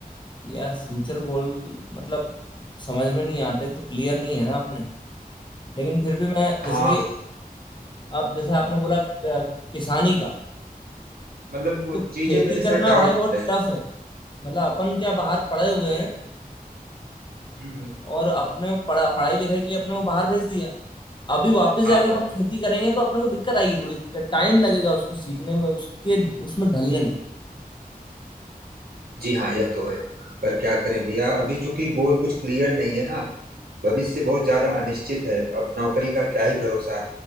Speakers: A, on the left; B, on the right.
A: यार फ्यूचर गोल मतलब समझ में नहीं आते तो क्लियर नहीं है ना आपने लेकिन फिर भी मैं जैसे
B: हाँ
A: कि अब जैसे आपने बोला क- किसानी का
B: मतलब वो
A: तो
B: चीजें
A: खेती
B: मेरे साथ
A: करना
B: डाउट
A: भाई बहुत
B: हम्म
A: टफ है मतलब अपन क्या बाहर पढ़े हुए हैं
B: हम्म,
A: और अपने पढ़ा, पढ़ाई लिखाई के लिए अपने को बाहर भेज दिया अभी वापस जाके
B: हाँ
A: अपन
B: हाँ
A: खेती करेंगे तो अपने को दिक्कत आएगी थोड़ी टाइम लगेगा उसको सीखने में उसके उसमें ढलने में
B: जी हाँ यह तो है पर क्या करें भैया अभी चूंकि गोल कुछ क्लियर नहीं है ना भविष्य बहुत ज्यादा अनिश्चित है अब नौकरी का क्या ही भरोसा